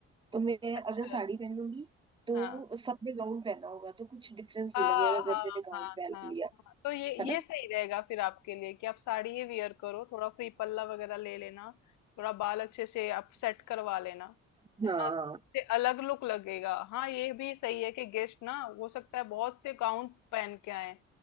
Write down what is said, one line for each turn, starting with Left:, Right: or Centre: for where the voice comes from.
Right: तो मैं
Left: अच्छा
Right: अगर साड़ी पहनूंगी तो
Left: हाँ।
Right: सबने गाउन पहना होगा तो कुछ डिफरेंस
Left: हाँ
Right: नहीं लगेगा अगर
Left: हाँ
Right: मैंने गाउन
Left: हाँ
Right: पहन
Left: हाँ
Right: लिया
Left: हाँ। तो ये
Right: है ना
Left: ये सही रहेगा फिर आपके लिए कि आप साड़ी ही वियर करो थोड़ा फ्री पल्ला वगैरह ले लेना थोड़ा बाल अच्छे से आप सेट करवा लेना है
Right: हाँ
Left: ना तो उससे अलग लुक लगेगा हाँ ये भी सही है कि गेस्ट ना हो सकता है बहुत से गाउन पहन के आए